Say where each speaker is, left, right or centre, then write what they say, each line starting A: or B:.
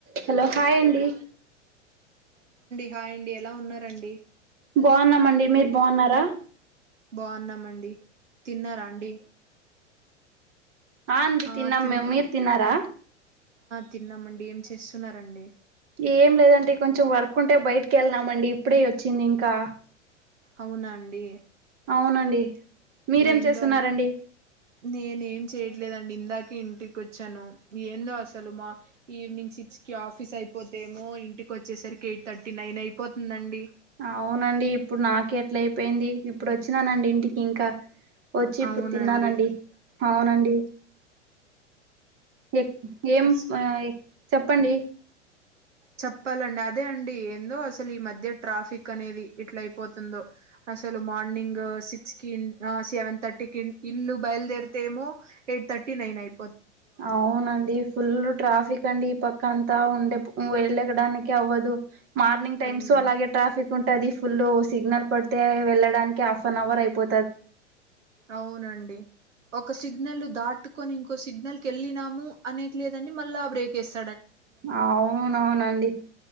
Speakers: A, on the right; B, on the right.
A: Hello hi అండి
B: హా అండి ఎలా ఉన్నారండి
A: బాగున్నామండి మీరు బాగున్నారా
B: బాగున్నామండి తిన్నారా అండి
A: అ అంది
B: ఆ
A: త నమ్
B: తిన్
A: మీర్ తన్నారా
B: తిన్నామండి ఏం చేస్తున్నారంండి
A: ఏం లేదంటే కొంచెం వర్క్ ఉంటే బయటికి వెళ్ళనామండి ఇప్పుడే వచ్చింది ఇంకా
B: అవునా అండి
A: అవునండి మీరేం
B: ఏందో
A: చేస్తున్నారండి
B: అన్ నేనేం చేయట్లేదండి ఇందాకే ఇంటికి వచ్చాను ఏందో అసలు మా ఈవినింగ్ సిక్స్కి ఆఫీస్ అయిపోతే ఏమో ఇంటికి వచ్చేసరికి ఎయిట్ థర్టీ నైన్ అయిపోతుందండి
A: అవునండి ఇప్పుడు నాకి ఎట్లా అయిపోయింది ఇప్పుడు వచ్చినానండి ఇంటికి ఇంకా వచ్చి ఇప్పుడు
B: అవునండి
A: తిన్నానండి అవునండి ఇన్ ఎ ఏం
B: అస్
A: ఆయి చెప్పండి
B: చెప్పాలండి అదే అండి ఏందో అసలు ఈ మధ్య ట్రాఫిక్ అనేది ఇట్లా అయిపోతుందో అసలు మార్నింగ్ సిక్స్ కి సెవెన్ థర్టీ క ఇల్లు బయలుదేరితే ఏమో ఎయిట్ థర్టీ నైన్ అయి
A: అవునండి ఫుల్ ట్రాఫిక్ అండి ఈ పక్కంతా ఉం వెళ్ళగడానికి అవ్వదు మార్నింగ్ టైమ్స్
B: అవును
A: అలాగే ట్రాఫిక్ ఉం అది ఫుల్ సిగ్నల్ పడితే వెళ్ళడానికి హాఫ్ అన్ అవర్ అయిపో
B: అవునండి ఒక సిగ్నల్ దాటుకొని ఇంకో సిగ్నల్ క వెళ్ళినాము అనేకి లేదండి మళ్ళా బ్రేక్స్
A: అవునవునండి